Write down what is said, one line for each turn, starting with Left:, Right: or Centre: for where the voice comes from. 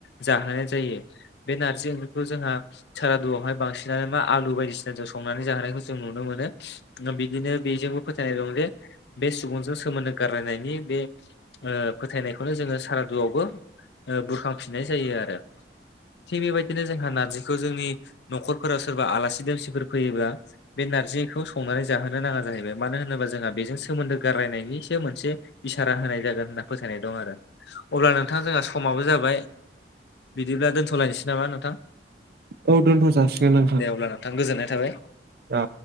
Left: जाहोनाय जायो बे नारजि ओंख्रिखौ जोंहा सारादुआवहाय बांसिनानो मा आलु बायदिसिना जों संनानै जाहोनखौ जों नुनो मोनो। बिदिनो बेजोंबो फोथायनाय दं जे बे सुबुंजों सोमोन्दो गारलायनायनि बे ओ फोथायनायखौनो जोङो सारादुआवबो बुरखांफिननाय जायो आरो। थिग बेबायदिनो जोंहा नारजिखौ जोंनि न'खरफोराव सोरबा आलासि दोमसिफोर फैयोब्ला बे नारजिखौ संनानै जाहोनो नाङा जाहैबाय मानो होनोबा जोंहा बेजों सोमोन्दो गारायनायनिसो मोनसे इसारा होनाय जागोन होनना फोसथायनाय दं आरो। अब्ला नोंथां जोंहा समाबो जाबाय बिदिब्ला दोन्थ'लायनोसै नामा नोंथां?
Right: औ दोनथ' जासिगोन नोंथां।
Left: दे अब्ला नोंथां गोजोननाय थाबाय।
Right: औ।